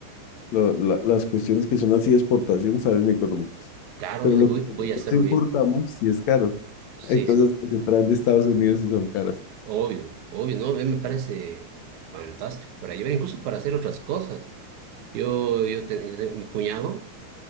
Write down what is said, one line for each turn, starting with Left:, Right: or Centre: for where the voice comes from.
Left: lo- la- las cuestiones que son así de exportación salen económicas.
Right: Claro,
Left: Pero
Right: yo
Left: lo
Right: voy,
Left: que nosotros
Right: voy a hacerlo
Left: importamos
Right: ir.
Left: sí es caro.
Right: Sí,
Left: Hay cosas
Right: sí,
Left: que se traen de Estados Unidos y son caras.
Right: obvio, obvio, ¿no? A mí Me parece fantástico para llevar, incluso para hacer otras cosas. Yo, yo, te- yo te- mi cuñado